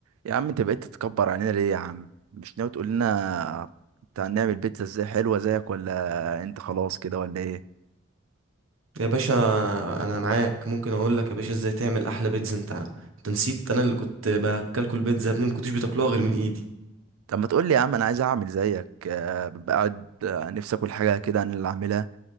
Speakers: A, on the right (about 80°); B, on the right (about 70°).
A: يا عم انت بقيت تتكبر علينا ليه يا عم مش ناوي تقول لنا بتاع نعمل بيتزا ازاي حلوه زيك ولا انت خلاص كده ولا ايه
B: يا باشا انا معاك ممكن اقول لك يا باشا ازاي تعمل احلى بيتزا انت انت نسيت انا اللي كنت باكلكوا البيتزا يا ابني ما كنتوش بتاكلوها غير من ايدي
A: طب ما تقول لي يا عم انا عايز اعمل زيك آه، ببقى قاعد آه، نفسي اكل حاجه كده انا اللي اعملها